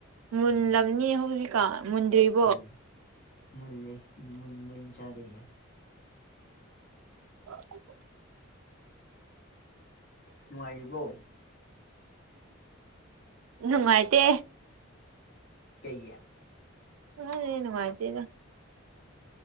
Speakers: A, on the right (about 85°); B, on the left (about 45°).
A: ꯃꯨꯜꯂꯝꯅꯤ
B: ꯎꯝ
A: ꯍꯧꯖꯤꯛꯀꯣ ꯃꯨꯟꯗ꯭ꯔꯤꯕ꯫
B: ꯎꯝ ꯃꯨꯜꯂꯦ ꯃꯨꯟꯕꯅꯤ ꯆꯥꯗꯣꯏꯁꯤ
A: ꯑꯣ
B: ꯅꯨꯡꯉꯥꯏꯔꯤꯕ꯭ꯔꯣ꯫
A: ꯅꯨꯡꯉꯥꯏꯇꯦ꯫
B: ꯀꯩꯒꯤ
A: ꯅꯪꯅ ꯍꯦꯟꯅ ꯅꯨꯉꯥꯏꯇꯦꯗ